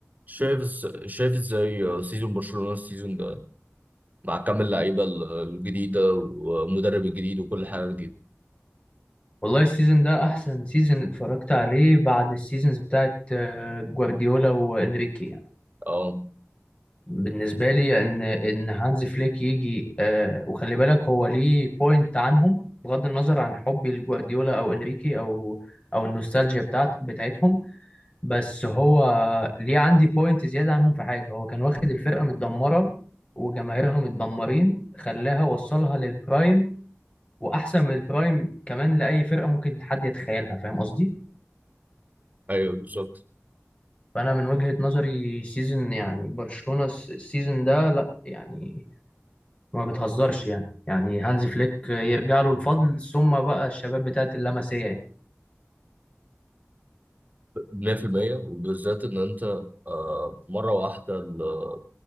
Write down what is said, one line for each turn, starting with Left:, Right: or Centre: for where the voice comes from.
Right: شايف إز- شايف ازاي سيزون برشلونة السيزون ده مع كم اللعيبة ال- الجديدة والمدرب الجديد وكل حاجة جديدة
Left: والله السيزون ده احسن سيزون اتفرجت عليه بعد السيزونز بتاعت آه، جوارديولا وانريكي يعني
Right: اه
Left: بالنسبه لي ان ان هانز فليك يجي آه، وخلي بالك هو ليه بوينت عنهم بغض النظر عن حبي لجوارديولا او انريكي او او النوستالجيا بتاعت بتاعتهم بس هو ليه عندي بوينت زياده عنهم في حاجه هو كان واخد الفرقه متدمره وجماهيرها متدمرين خلاها وصلها للبرايم واحسن من البرايم كمان لاي فرقه ممكن حد يتخيلها فاهم قصدي
Right: ايوه بالظبط
Left: فانا من وجهة نظري سيزن يعني برشلونة الس- السيزون ده لا يعني ما بتهزرش يعني يعني هانز فليك يرجع له الفضل ثم بقى الشباب بتاعت اللمسية يعني
Right: 100% وبالذات ان انت آه مرة واحدة ال-